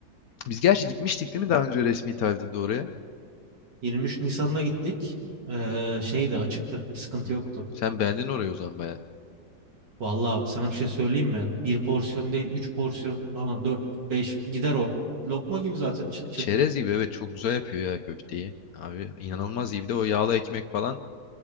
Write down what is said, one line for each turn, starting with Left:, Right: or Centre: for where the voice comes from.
Left: Biz gerçi gitmiştik değil mi daha önce resmi tatilde oraya?
Right: 23 Nisan'da gittik. Ee, şey de açıktı. Bir sıkıntı
Left: Hı.
Right: yoktu.
Left: Sen beğendin orayı o zaman baya.
Right: Vallahi sana bir şey söyleyeyim mi? Bir porsiyon değil, üç porsiyon falan dört, beş gider o. Lokma gibi zaten çıt çıt.
Left: Çerez gibi evet çok güzel yapıyor ya köfteyi. Abi inanılmaz iyi. Bir de o yağlı ekmek falan